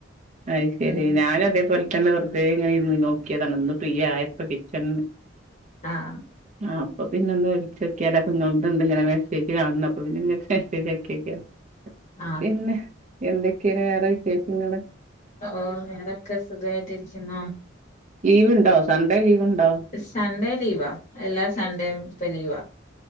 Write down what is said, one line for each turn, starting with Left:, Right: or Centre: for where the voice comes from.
Right: അത് ശെരി
Left: ഉം
Right: ഞാനും അതേപോലെ തന്നെ വെറതേ ഇങ്ങനെ ഇര്ന്ന് നോക്കിയതാണ് ഒന്ന് ഫ്രീ ആയപ്പൊ കിച്ചണ്ന്ന്
Left: ആഹ്
Right: ആഹ് അപ്പ പിന്നന്ന് വിളിച്ചോക്കിയലോ അപ്പോ നിങ്ങളുടെണ്ട് ഇങ്ങനെ മെസേജ് കാണുന്നു അപ്പ പിന്നെങ്ങക്ക് മെസേജക്കി നോക്കിയതാ
Left: ആഹ്
Right: പിന്നെ എന്തൊക്കെയാണ് വേറെ വിശേഷങ്ങള്
Left: ഓ ഏതൊക്കെ സുഖമായിട്ടിരിക്കുന്നോ?
Right: ലീവ്ണ്ടോ സൺഡേ ലീവ് ഉണ്ടോ
Left: സൺഡേ ലീവാ എല്ലാ സൺഡേയും ഇപ്പ ലീവാ